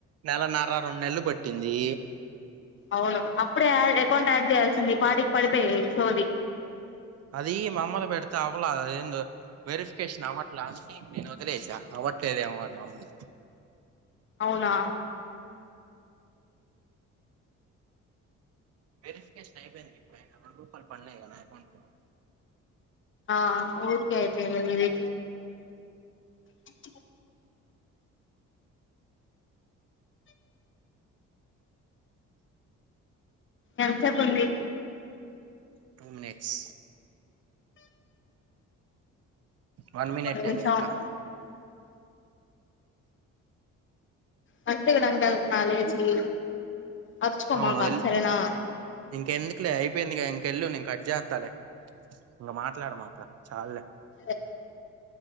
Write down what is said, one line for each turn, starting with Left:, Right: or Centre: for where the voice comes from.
Right: నెలన్నర రెండు నెలలు పట్టింది.
Left: అవును అప్పుడే యడ్ అకౌంట్ యాడ్ చేయాల్సింది ఈ పాటికి పడిపోయేది ఈ సోది.
Right: అది మమ్ములుగా పెడితే అవలే అది ఎందో. వెరిఫికేషన్ అవ్వట్లే అంటే నేను వదిలేసా అవ్వట్లేదేమోని మా అమ్మది.
Left: అవునా.
Right: వెరిఫికేషన్ అయిపోయింది గిప్పుడు అయినా రెండు రూపాయలు పడినాయి కదా అకౌంట్లో.
Left: ఆహ్ ఊరికే అయిపోయింది నీది. ఛ్ చ్. ఎంత్ సెపుంది
Right: టూ మినిట్స్ వన్ మినిటేలే
Left: ఒక నిమిషం
Right: ఇంకా
Left: బస్ దిగడానికి అడుగుతున్నవా లేచి అరుచుకోమాక
Right: అవును ఎల్
Left: సరేనా
Right: ఇంకెందుకులే అయిపోయిందిగా ఇంకెళ్లు నేన్ కట్ జేత్తాలే ఇంక మాట్లాడమాక చాల్లే
Left: ఎ